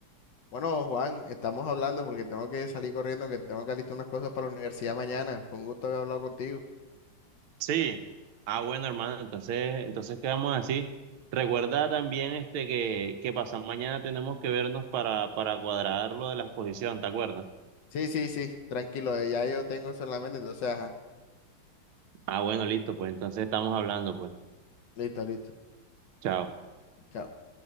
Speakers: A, on the left; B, on the right.
A: Bueno, Juan, estamos hablando porque tengo que salir corriendo, que tengo que alistar unas cosas para la universidad mañana. Fue un gusto haber hablado contigo.
B: sí, ah, bueno, hermano, entonces, entonces quedamos así, recuerda también, este, que, que pasado mañana tenemos que vernos para, para cuadrar lo de la exposición, ¿te acuerdas?
A: Sí, sí, sí, tranquilo, eh, ya yo tengo eso en la mente, entonces, ajá,
B: Ah, bueno, listo, pues, entonces estamos hablando, pues,
A: listo, listo.
B: chao.
A: Chao.